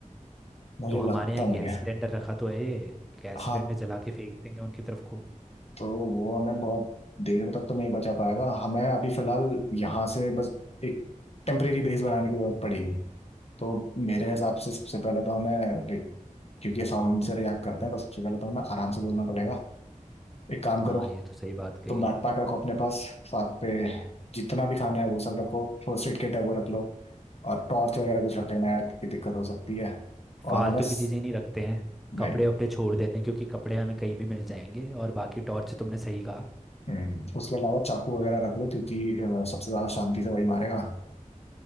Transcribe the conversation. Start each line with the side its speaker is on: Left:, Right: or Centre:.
Left: मुझे
Centre: तो हमारे
Left: लगता
Centre: यहाँ गैस
Left: नहीं है
Centre: सिलेंडर रखा तो है ये गैस
Left: हाँ
Centre: सिलेंडर जला के फेंक देंगे उनकी तरफ को
Left: तो वो हमें बहुत देर तक तो नहीं बचा पाएगा हमें अभी फिलहाल यहाँ से बस एक टेम्परेरी बेस बनाने की जरूरत पड़ेगी तो मेरे हिसाब से सबसे पहले तो हमें like, क्योंकि ये साउंड से रिएक्ट करते हैं तो सबसे पहले तो हमें आराम से बोलना पड़ेगा एक काम
Centre: हाँ
Left: करो
Centre: ये तो सही बात कही
Left: तुम बैकपैक रखो अपने पास साथ पे जितना भी खाना है वो सब रखो फर्स्ट एड किट है वो रख लो और टॉर्च वगैरह
Centre: अच्छा
Left: कुछ रख लेना यार क्योंकि दिक्कत हो सकती है और
Centre: फालतू
Left: हमें स...
Centre: की चीज़ें नहीं रखते हैं
Left: नहीं
Centre: कपड़े वपड़े छोड़ देते हैं क्योंकि कपड़े हमें कहीं भी मिल जाएंगे और बाकी टॉर्च तुमने सही कहा
Left: हम्म, उसके अलावा चाकू वगैरह रख लो क्योंकि अ, सबसे ज्यादा शांति से वही मारेगा